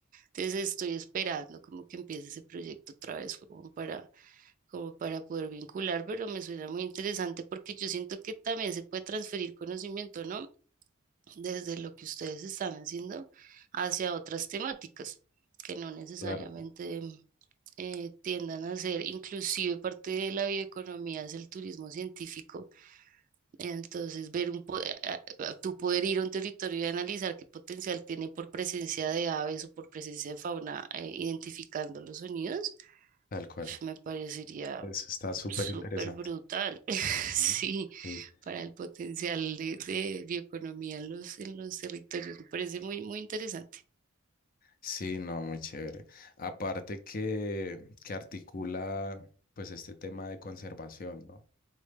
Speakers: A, on the right; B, on the left.
A: Entonces estoy esperando como que empiece ese proyecto otra vez como para, como para poder vincular, pero me suena muy interesante porque yo siento que también se puede transferir conocimiento, ¿no? Desde lo que ustedes están haciendo hacia otras temáticas que no necesariamente
B: Claro,
A: eh, tiendan a ser inclusive parte de la bioeconomía es el turismo científico. Entonces, ver un, po- a- a- tú poder ir a un territorio y analizar qué potencial tiene por presencia de aves o por presencia de fauna, eh, identificando los sonidos,
B: tal
A: <laughs>
B: cual.
A: uf, me parecería
B: Eso está súper
A: súper
B: interesante.
A: brutal. <laughs>
B: Ujú.
A: Sí,
B: Sí.
A: para el potencial de, de bioeconomía en los, en los territorios, me parece muy, muy interesante.
B: Sí, no, muy chévere. Aparte que, que articula pues este tema de conservación, ¿no?